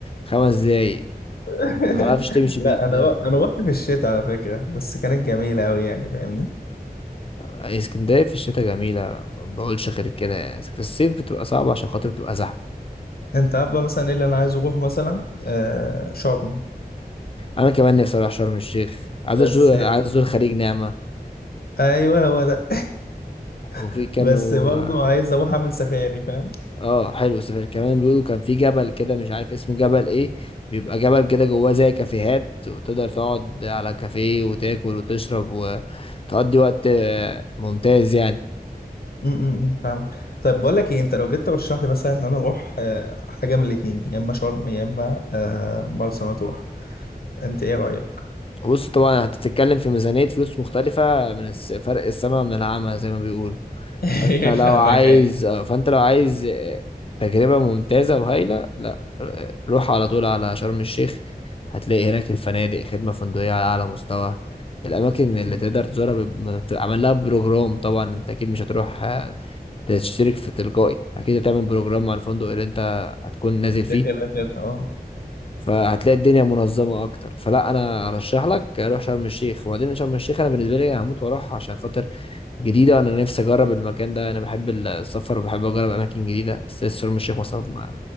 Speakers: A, on the left; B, on the left.
A: خمس دقايق
B: <laughs>
A: متعرفش تمشي
B: لا
A: بيه
B: انا
A: م-
B: انا رحت في الشتاء على فكرة بس كانت جميلة قوي يعني فاهمني
A: اسكندرية في الشتاء جميلة ما بقولش غير كده يعني. في الصيف بتبقى صعبة عشان خاطر بتبقى زحمة
B: انت عارف بقى مثلا ايه اللي انا عايز اروح مثلا آه شرم
A: أنا كمان نفسي أروح شرم الشيخ عايز
B: بس
A: أزور عايز أزور خليج نعمة
B: ايوه هو ده
A: وفي
B: <laughs>
A: كانوا
B: بس برضه عايز اروح اعمل سفاري فاهم
A: اه حلو السفاري كمان بيقولوا كان في جبل كده مش عارف اسمه جبل ايه بيبقى جبل كده جواه زي كافيهات وتقدر تقعد على كافيه وتاكل وتشرب وتقضي وقت آه، ممتاز يعني
B: م- م- م، فاهمك طيب بقول لك ايه انت لو جيت ترشح لي مثلا ان انا اروح آه حاجه من الاثنين يا اما شرم يا اما آه مرسى مطروح انت ايه رايك
A: بص طبعا هتتكلم في ميزانية فلوس مختلفة من الس- فرق السما من العمى زي ما بيقولوا
B: <laughs>
A: فانت لو
B: فاهمك
A: عايز
B: ايوه
A: آه، فانت لو عايز آه، تجربة ممتازة وهايلة لا آه، روح على طول على شرم الشيخ هتلاقي هناك الفنادق خدمة فندقية على أعلى مستوى الأماكن اللي
B: م-
A: تقدر
B: م.
A: تزورها بيب- ما بت- عمل لها بروجرام طبعا أنت أكيد مش هتروح آه، تشترك في تلقائي أكيد هتعمل بروجرام مع الفندق اللي أنت هتكون نازل فيه
B: ده كده كده اه
A: فهتلاقي الدنيا منظمة أكتر فلا أنا أرشح لك روح شرم الشيخ وبعدين شرم الشيخ أنا بالنسبة لي هموت وأروح عشان خاطر جديدة أنا نفسي أجرب المكان ده أنا بحب السفر وبحب أجرب أماكن جديدة بس لسه شرم الشيخ مثلا ما